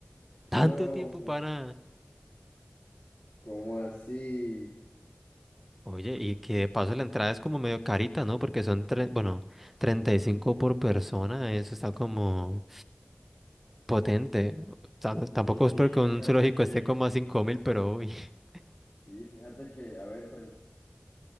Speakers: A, in the centre; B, on the left.
A: Tanto
B: No,
A: tiempo para...
B: ¿cómo así?
A: Oye, y que de paso la entrada es como medio carita, ¿no? Porque son, tre- bueno, 35 por persona, eso está como potente. O sea, no- tampoco
B: No, sí,
A: espero que un
B: fíjate
A: zoológico
B: que
A: esté como a cinco mil, pero uy, <laughs>
B: Sí, fíjate que, a ver,